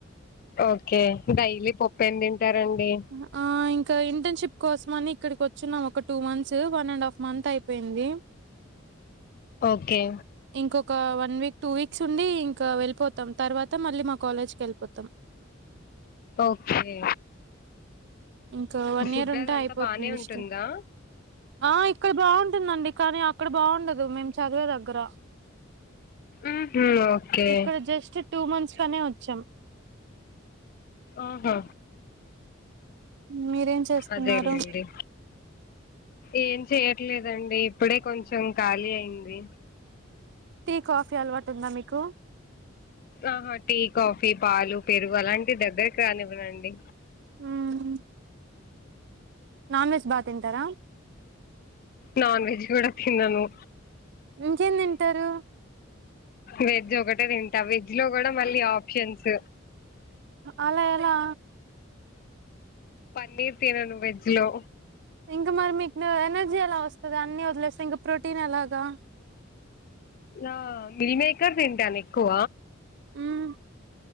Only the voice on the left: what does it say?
ఓకే డైలీ పప్పేం తింటారండి
ఓకే
ఓకే
ఫుడ్
అదంతా
బానే ఉంటుందా
ఉహు ఓకే
ఆహా
అదేలేండి ఏం చెయట్లేదండి ఇప్పుడే కొంచెం ఖాళీ అయింది
ఆహా టీ కాఫీ పాలు పెరుగు అలాంటి దగ్గరకు రానివ్వనండి
నాన్ వెజ్ కూడా తినాను
వెజ్ ఒకటే తింటా వెజ్ లో కూడా మళ్ళీ ఆప్షన్స్
పన్నీర్ తినను వెజ్ లో
ఆ మీల్ మేకర్ తింటాను ఎక్కువ